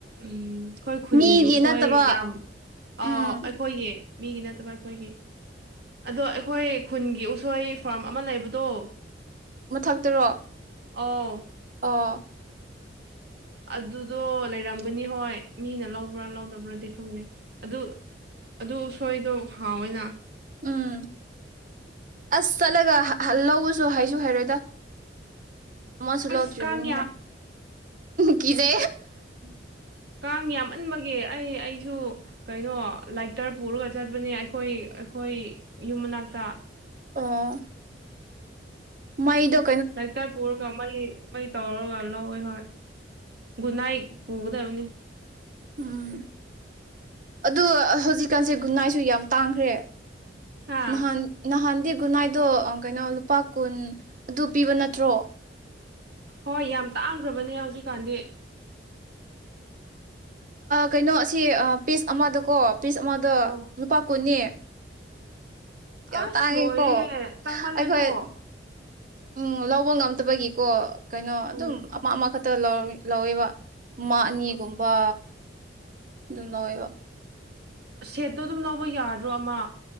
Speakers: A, on the right; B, on the right.
A: ꯎꯝ ꯑꯩꯈꯣꯏ ꯈꯨꯟꯒꯤ
B: ꯃꯤꯒꯤ
A: ꯎꯁꯣꯏ
B: ꯅꯠꯇꯕ
A: ꯌꯥꯝ ꯑ
B: ꯎꯝ
A: ꯑꯩꯈꯣꯏꯒꯤ ꯃꯤꯒꯤ ꯅꯠꯇꯕ ꯑꯩꯈꯣꯏꯒꯤ ꯑꯗꯣ ꯑꯩꯈꯣꯏ ꯈꯨꯟꯒꯤ ꯎꯁꯣꯏ ꯐꯥꯔꯝ ꯑꯃ ꯂꯩꯕꯗꯣ
B: ꯃꯊꯛꯇꯔꯣ
A: ꯑꯥ
B: ꯑꯥ
A: ꯑꯗꯨꯗꯣ ꯂꯩꯔꯝꯒꯅꯤ ꯍꯣꯏ ꯃꯤꯅ ꯂꯧꯕ꯭ꯔꯥ ꯂꯧꯗꯕ꯭ꯔꯥꯗꯤ ꯈꯪꯖꯩ ꯑꯗꯨ ꯑꯗꯨ ꯎꯁꯣꯏꯗꯣ ꯍꯥꯎꯋꯅ
B: ꯎꯝ ꯑꯁ ꯆꯠꯂꯒ ꯂꯧꯎꯁꯨ ꯍꯥꯏꯁꯨ ꯍꯥꯏꯔꯣꯏꯗ ꯃꯥꯏꯁꯨꯂ
A: ꯑꯁ
B: ꯎ ꯊ꯭ꯔꯤꯕꯅꯤꯅ
A: ꯀꯥꯡ
B: ꯀꯖ
A: ꯎꯝ ꯀꯥꯡ ꯌꯥꯝꯃꯟꯕꯒꯤ ꯑꯩ ꯑꯩꯁꯨ ꯀꯩꯅꯣ ꯂꯥꯏꯇꯔ ꯄꯨꯔꯒ ꯆꯠꯄꯅꯦ ꯑꯩꯈꯣꯏ ꯑꯩꯈꯣꯏ ꯌꯨꯝ ꯃꯅꯥꯛꯇ
B: ꯑꯥ ꯃꯩꯗ
A: ꯂꯥꯏ ꯇꯔ ꯄꯔ ꯀ ꯑꯃꯥꯏ ꯃ ꯇꯧꯔꯒꯜꯂ ꯍ ꯒꯨꯅꯥꯏ ꯐꯗ ꯑꯣꯅꯤ
B: ꯎꯝ ꯑ ꯍꯧꯖꯤꯛꯀꯥꯟꯁꯦ ꯒꯨꯟꯅꯥꯏꯁꯨ ꯌꯥꯝ ꯇꯥꯡꯈ꯭ꯔꯦ
A: ꯍꯥ
B: ꯅꯍꯥꯟ ꯅꯍꯥꯟꯗꯤ ꯈꯨꯟꯅꯥꯏꯗꯣ ꯀꯩꯅꯣ ꯂꯨꯄꯥ ꯀꯨꯟ ꯑꯗꯨ ꯄꯤꯕ ꯅꯠꯇ꯭ꯔꯣ
A: ꯍꯣꯏ ꯌꯥꯝ ꯇꯥꯡꯈ꯭ꯔꯕꯅꯦ ꯍꯧꯖꯤꯛꯀꯥꯟꯗꯤ
B: ꯀꯩꯅꯣ ꯑꯁꯤ ꯄꯤꯁ ꯑꯃꯗꯀꯣ ꯄꯤꯁ ꯑꯃꯗ
A: ꯑꯧ
B: ꯂꯨꯄꯥ ꯀꯨꯟꯅꯤ ꯌꯥꯝ
A: ꯑꯁ
B: ꯇꯥꯡꯉꯤꯀꯣ
A: ꯂꯣꯏꯔꯦ ꯇꯥꯡꯃꯜꯂꯦꯀꯣ
B: ꯑꯩꯈꯣꯏ ꯎꯝ ꯂꯧꯕ ꯉꯝꯗꯕꯒꯤꯀꯣ ꯀꯩꯅꯣ ꯑꯗꯨꯝ
A: ꯎꯝ
B: ꯑꯃ ꯑꯃ ꯈꯛꯇ ꯂꯧꯋꯦꯕ ꯃꯥꯅꯤꯒꯨꯝꯕ
A: ꯎꯝ
B: ꯑꯗꯨꯝ ꯂꯧꯋꯦꯕ
A: ꯁꯦꯠꯇꯣ ꯑꯗꯨꯝ ꯂꯧꯕ ꯌꯥꯗ꯭ꯔꯣ ꯑꯃ